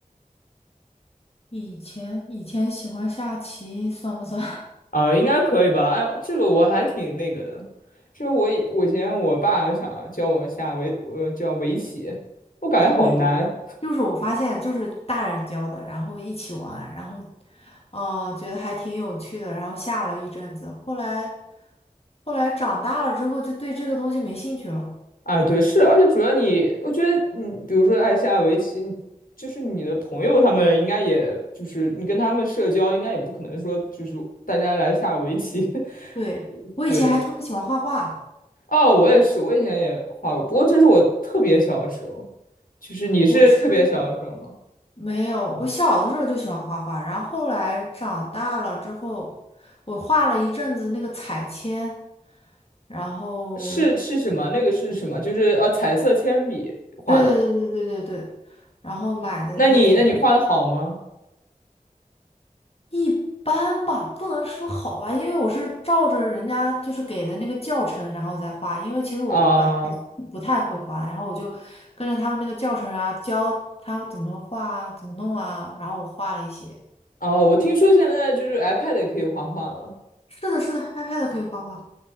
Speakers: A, on the left (about 45°); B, on the left (about 80°).
A: 以前以前喜欢下棋，算不算？
B: <laughs>
A: <laughs>
B: 啊，应该可以吧？哎，这个我还挺那个的，这我以我以前我爸想教我下围，呃，叫围棋，我感觉好难
A: 对，就是我发现，就是大人教的，然后一起玩，然后，呃，觉得还挺有趣的，然后下了一阵子，后来，后来长大了之后，就对这个东西没兴趣了。
B: 啊。对，是，而且主要你，我觉得你，比如说爱下围棋，你就是你的朋友他们应该也就是你跟他们社交，应该也不可能说就是大家来下围棋，
A: 对，
B: <laughs>
A: 我以前还特别喜欢画画，
B: 对，哦，我也是，我以前也画过，不过这是我特别小的时候，就是你是特别小的时候吗？
A: 我是没有，我小的时候就喜欢画画，然后后来长大了之后，我画了一阵子那个彩铅。然后
B: 是是什么？那个是什么？就是呃，彩色铅笔画的。
A: 对对对对对对对，然后买的那些彩色笔
B: 那你那你画的好吗？
A: 一般吧，不能说好吧，因为我是照着人家就是给的那个教程，然后再画，因为其实我本来不太会画，
B: 啊、
A: 然后我就跟着他们那个教程啊，教他怎么画、怎么弄啊，然后我画了一些。
B: 哦，我听说现在就是 iPad 也可以画画了。
A: 是的，是的，iPad 可以画画。